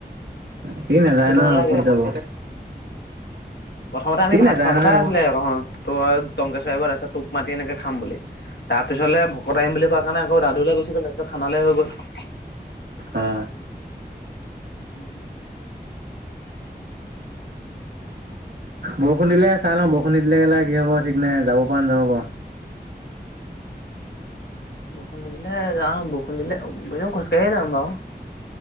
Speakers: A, on the right (about 80°); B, on the left (about 85°).
A: সি নাযায় ন
B: নালাগে
A: কত যাব
B: প্ৰথমতে
A: সি
B: আমি ভাত
A: নাযায়
B: খোৱাৰ
A: নহয়
B: কথা
A: আকৌ।
B: আছিলে তোৰ টংকেশ্বইবৰ তাৰপিছত োক মাতি এনেকে খাম বুলি তাৰ পিছলে ভকত আহিম বুলি কোৱা কাৰণে আকৌ দাদুৈ গুচি গল তাৰপিছত খানালৈ হৈ গল <unintelligible>
A: অ'। অ'।
B: উম
A: বৰষুণ দিলে চাই লওঁ বৰষুণ দি দিলে গা কি হ'ব ঠিক নাই যাব পৰা নাযাব পাৰ <unintelligible>
B: বৰষুণদিলে যাম বৰসুণ দিলে এনে খোজকাঢ়িয়ে যাম বাৰু